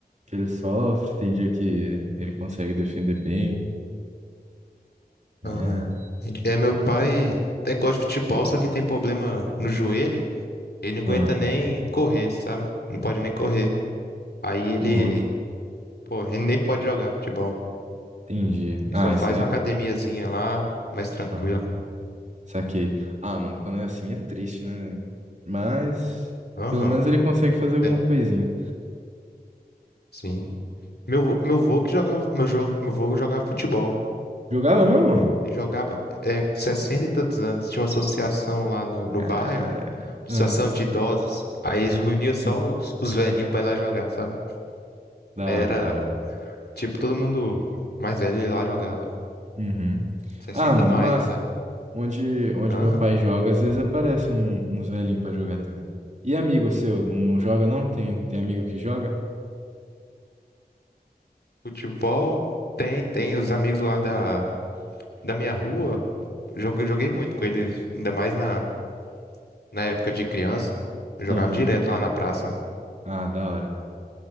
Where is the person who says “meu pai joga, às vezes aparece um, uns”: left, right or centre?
Right